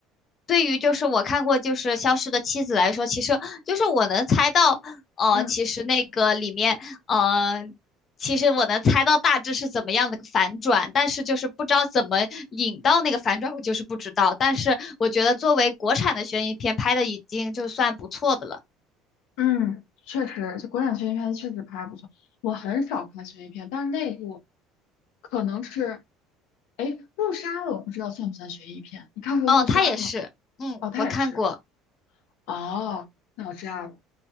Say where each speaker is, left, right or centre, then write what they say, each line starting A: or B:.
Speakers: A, on the left; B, on the left.
A: 对于就是我看过就是《消失的妻子》来说，其实就是我能猜到，呃，
B: 嗯。
A: 其实那个里面，呃。其实我能猜到大致是怎么样的反转，但是就是不知道怎么引到那个反转，我就是不知道。但是我觉得作为国产的悬疑片拍的已经就算不错的了。
B: 嗯，确实，就国产悬疑片确实拍得不错。我很少看悬疑片，但是那部可能是，哎，《误杀》我不知道算不算悬疑片？你看过《误杀》吗？
A: 哦，他也是，嗯，
B: 哦，他也是。
A: 我看过，
B: 哦，那我知道了。